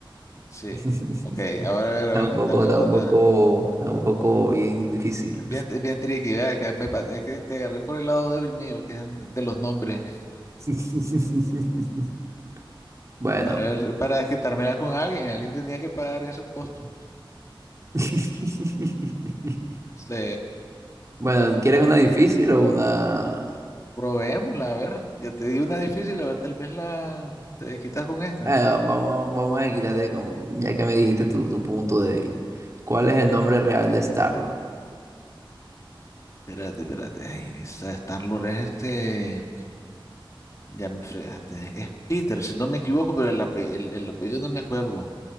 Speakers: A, on the left (about 35°); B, on the right (about 35°).
A: Sí.
B: <laughs>
A: Ok, ahora a
B: está
A: ver, a ver,
B: un poco,
A: dame
B: está
A: otra.
B: un poco, está un poco bien difícil.
A: Bien, bien tricky, ¿verdad? Que me, pa- es que te agarré por el lado débil mío, que es de los nombres.
B: <laughs>
A: <laughs>
B: Bueno.
A: Para ver, para desquitármela con alguien, alguien tenía que pagar ese costo.
B: <laughs>
A: Sí.
B: Bueno, ¿quieres una difícil o una...?
A: Probémosla, a ver, ya te di una difícil, a ver, tal vez la te desquitas con esta.
B: Eh, vamos, vamos a quitarte con, ya que me dijiste tu, tu punto débil. ¿Cuál es el nombre real de Star-Lord?
A: Espérate, espérate, ay, esa Star-Lord es este, ya me fregaste, es Peter, si no me equivoco, pero el, ape- el, el apellido no me acuerdo.